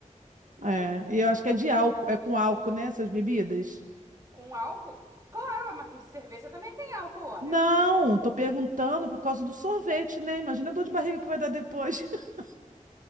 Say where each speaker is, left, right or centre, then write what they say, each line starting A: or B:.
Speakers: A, on the right; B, on the right.
A: É. E eu acho que é de álcool, é com álcool, né? Essas bebidas.
B: Com álcool? Claro, mas cerveja também tem álcool, ora.
A: Não, tô perguntando por causa do sorvete, né? Imagina a dor de barriga que vai dar depois. <laughs>